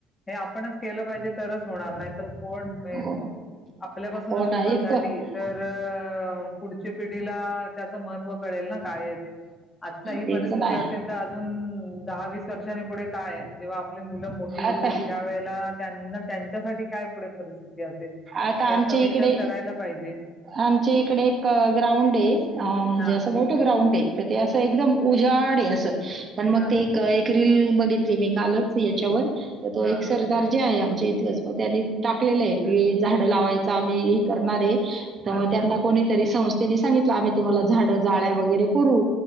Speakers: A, on the left (about 15°); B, on the right (about 30°).
A: हे आपणच केलं पाहिजे तरच होणार नाही. कोण
B: हो
A: आपल्यापासूनच
B: हो ना
A: सुरुवात
B: इतकं
A: झाली तर पुढच्या पिढीला त्याच महत्त्व कळेल ना काय ते आत्ता ही
B: तेच
A: परिस्थिती
B: ना
A: असेल तर अजून दहा वीस वर्षांनी पुढे काय? आपली मुलं मोठी होतील
B: आता
A: त्यावेळेला त्यांना त्यांच्यासाठी काय पुढे परिस्थिती असेल
B: आता
A: याचा
B: आमच्या
A: विचार
B: इकडे
A: करायला पाहिजे
B: आमच्या इकडे एक ग्राउंड आहे म्हणजे
A: हा
B: असं ग्राउंड आहे. तर ते असं एकदम उजाड आहे असं पण मग
A: हा
B: ते एक. डील बघितली मी कालच याच्यावर तर तो
A: हा
B: एक
A: हा
B: सरकार जे आहे आम त्यांनी टाकलेलं आहे. झाडं लावायच. आम्ही हे करणार आहे. तर मग
A: अच्छा
B: त्यांना कोणीतरी संस्था त्यांनी सांगलं आम्ही तुम्हाला झाडं जाळ्या वगैरे पुरवू